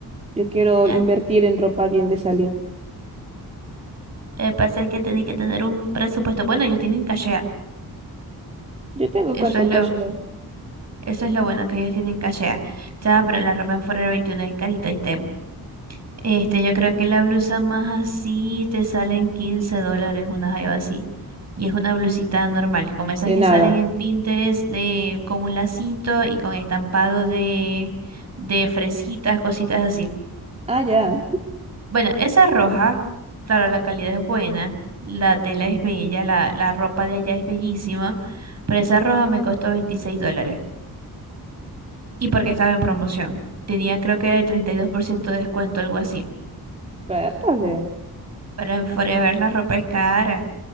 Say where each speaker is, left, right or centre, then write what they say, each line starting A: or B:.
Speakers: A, on the right (about 15°); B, on the right (about 45°).
A: Yo quiero
B: Ah,
A: invertir en ropa bien de salir.
B: lo que pasa es que tienen que tener un presupuesto. Bueno, ellos tienen cachea.
A: Yo tengo
B: Eso
A: cuenta
B: es
A: en
B: lo,
A: cash.
B: eso es lo bueno que ellos tienen cachea. Ya, pero la ropa en Forero veintiuno es carita y está. Este, yo creo que la blusa más así te salen 15 dólares, una jaiba así. Y es una blusita normal, como esas
A: De
B: que
A: nada.
B: salen en Pinterest de, con un lacito y con estampado de, de fresitas, cositas así.
A: Ah, ya.
B: Bueno, esa roja, claro, la calidad es buena, la tela es bella, la, la ropa de allá es bellísima, pero esa roja me costó 26 dólares. Y porque estaba en promoción. Tenía creo que era el 32% de descuento, algo así.
A: Vértale.
B: Pero en Forever la ropa es cara.